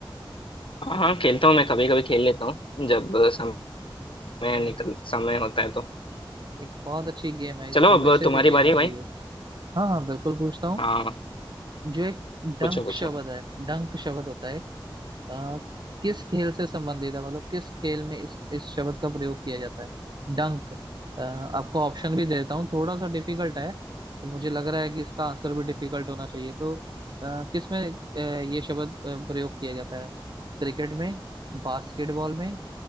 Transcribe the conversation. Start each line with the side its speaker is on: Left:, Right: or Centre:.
Left: हाँ खेलता हूँ मैं कभी कभी खेल लेता हूँ जब समय
Right: हम्म,
Left: निकल समय होता है तो
Right: एक बहुत अच्छी गेम है इसको
Left: चलो अब
Right: वैसे
Left: तुम्हारी
Right: भी खेलना
Left: बारी है
Right: चाहिए
Left: भाई
Right: हाँ हाँ बिल्कुल पूछता हूँ
Left: हाँ
Right: जो एक डंक
Left: पूछो पूछो
Right: शब्द है डंक शब्द होता है आ, किस खेल से संबंधित है मतलब किस खेल में इस इस शब्द का प्रयोग किया जाता है डंक आ, आपको ऑप्शन भी देता हूँ थोड़ा सा डिफिकल्ट है तो मुझे लग रहा है कि इसका आंसर भी डिफिकल्ट होना चाहिए तो आ, किस में आ, ये शब्द आ, प्रयोग किया जाता है क्रिकेट में बास्केटबॉल में